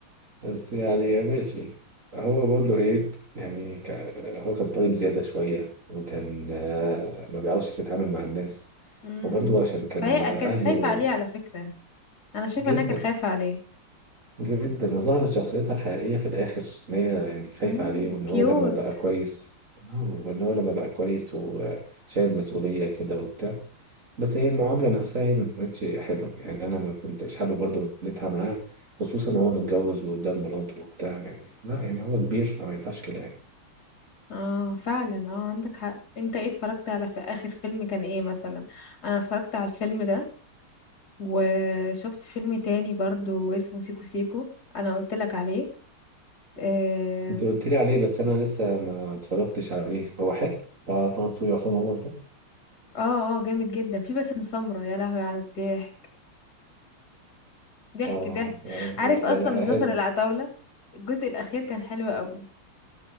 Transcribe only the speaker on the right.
بس يعني ماشي هو برضو ايه يعني ك... هو كان طيب زيادة شوية وكان آه، ما بيعرفش يتعامل مع الناس
وبرضو عشان كان
أهله
جدا
جدا وظهرت شخصيتها الحقيقية في الآخر إن هي يعني خايفة
عليه وإن
هو لما بقى كويس آه، وإن هو لما بقى كويس وشايل مسؤولية كده وبتاع بس هي المعاملة نفسها هي اللي ما كانتش حلوة يعني أنا ما كنتش حابب برضه عملتها معاه خصوصا وهو متجوز وقدام مراته وبتاع يعني لا يعني هو كبير فما ينفعش كده يعني
أنت قلت لي عليه بس أنا لسه ما اتفرجتش عليه هو حلو بتاع طه دسوقي وعصام عمر ده
آه
أنا
أنا
بحبه